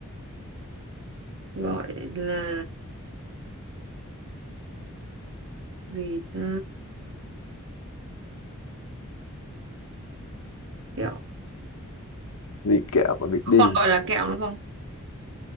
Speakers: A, on the right; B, on the left.
A: gọi là gì ta kẹo
B: viên kẹo mà biết
A: còn
B: đi
A: gọi là kẹo nữa không